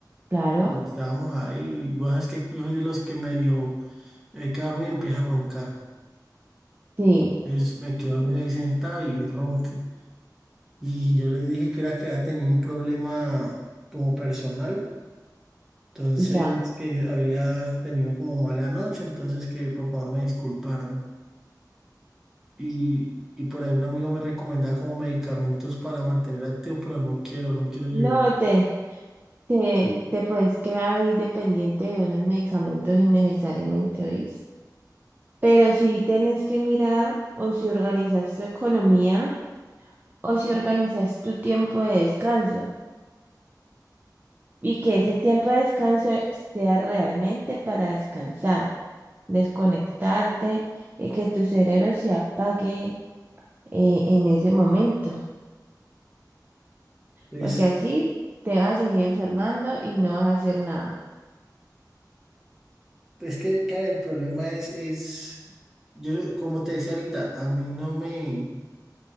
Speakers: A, on the right; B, in the centre.
A: claro,
B: Estábamos ahí, y vos sabes que yo soy de los que medio me quedo dormido y empieza a roncar.
A: sí,
B: Entonces me quedo dormido ahí sentado y ronco Y yo les dije que era que había tenido un problema como personal, entonces
A: ya.
B: que había tenido como mala noche, entonces que por favor me disculparan. Y, y por ahí un amigo me recomendaba como medicamentos para mantener activo, pero no quiero, no quiero llegar.
A: No te... Te, te puedes quedar ahí dependiente de unos medicamentos innecesariamente, ¿oís? Pero si tienes que mirar o si organizas tu economía o si organizas tu tiempo de descanso y que
B: <laughs>
A: ese tiempo de descanso sea realmente para descansar, desconectarte y que tu cerebro se apague eh, en ese momento,
B: Pues
A: porque así te vas a seguir enfermando y no vas a hacer nada.
B: Es que, claro, el problema es, es, yo como te decía ahorita, a mí no me,